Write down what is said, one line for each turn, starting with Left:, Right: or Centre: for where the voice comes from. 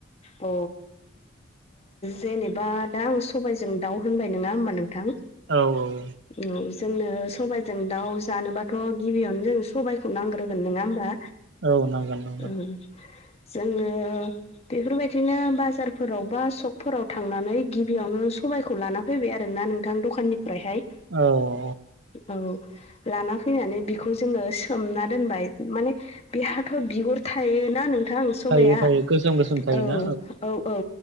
Left: अ जेनेबा दा आं सबायजों दाउ होनबाय नङा होमबा नोंथां
Right: औ-औ-औ
Left: औ जोंनो सबजों दाउ जानोबाथ' गिबियावनो जों सबाइखौ नांगोन होगोन नोङा होमबा
Right: औ औ नांगोन नांगोन
Left: ओम जोङो बेफोरबायदिनो बाजारफोराव बा सकफोराव थांनानै गिबियावनो सबायखौ लाना फैबाय आरोना नोंथां दखाननिफ्रायहाय
Right: औ
Left: औ लाना फैनानै बिखौ जोङो सोमना दोनबाय माने बिहाथ' बिगुर थायोना नोंथां सबाइया
Right: थायो थायो गोसोम गोसोम थायोना
Left: औ औ औ